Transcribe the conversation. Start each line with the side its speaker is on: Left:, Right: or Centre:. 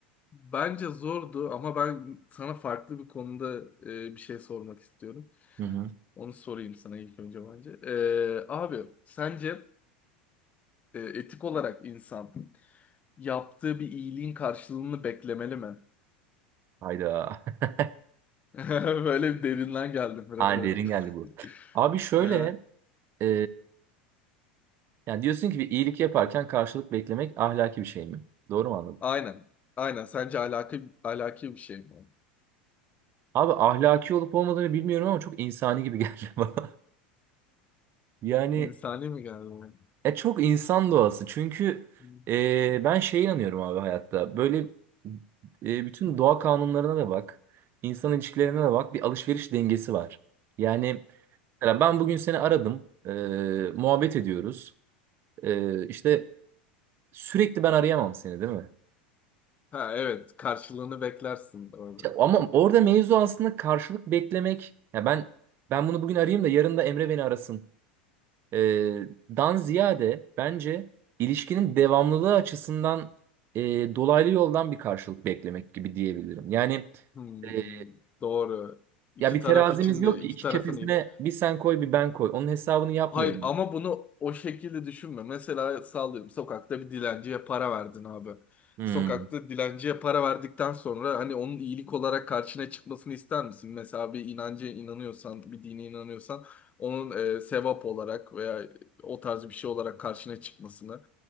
Left: Bence zordu ama ben sana farklı bir konuda e, bir şey sormak istiyorum.
Right: Hı hı.
Left: Onu sorayım sana ilk önce bence. Ee, abi sence e, etik olarak insan yaptığı bir iyiliğin karşılığını beklemeli mi?
Right: Hayda. <laughs>
Left: <laughs> Böyle bir derinden geldim biraz
Right: Ha
Left: evet.
Right: derin geldi bu.
Left: <laughs>
Right: Abi şöyle,
Left: Aha,
Right: e, yani diyorsun ki bir iyilik yaparken karşılık beklemek ahlaki bir şey mi? Doğru mu anladım?
Left: Aynen. Aynen. Sence alaki, alaki bir şey mi?
Right: Abi ahlaki olup olmadığını bilmiyorum ama çok insani gibi geldi <laughs> bana. Yani
Left: İnsani mi geldi? bana?
Right: e, çok insan doğası. Çünkü
Left: Hmm.
Right: e, ben şeye inanıyorum abi hayatta. Böyle e, bütün doğa kanunlarına da bak. insan ilişkilerine de bak. Bir alışveriş dengesi var. Yani mesela ben bugün seni aradım. e, muhabbet ediyoruz. E, işte sürekli ben arayamam seni değil mi?
Left: Ha evet. Karşılığını beklersin. Doğru.
Right: İşte, ama orada mevzu aslında karşılık beklemek. Ya ben ben bunu bugün arayayım da yarın da Emre beni arasın. e, dan ziyade bence ilişkinin devamlılığı açısından e, dolaylı yoldan bir karşılık beklemek gibi diyebilirim. Yani
Left: Hmm,
Right: e,
Left: Doğru. İki
Right: ya bir
Left: taraf
Right: terazimiz
Left: için
Right: yok
Left: de
Right: ki
Left: iki
Right: iki
Left: tarafın
Right: kefesine
Left: iyi.
Right: bir sen koy bir ben koy. Onun hesabını yapmıyorum.
Left: Hayır ama
Right: abi.
Left: bunu o şekilde düşünme. Mesela sallıyorum sokakta bir dilenciye para verdin abi.
Right: Hmm,
Left: Sokakta dilenciye para verdikten sonra hani onun iyilik olarak karşına çıkmasını ister misin? Mesela bir inancı inanıyorsan, bir dine inanıyorsan onun e, sevap olarak veya o tarz bir şey olarak karşına çıkmasını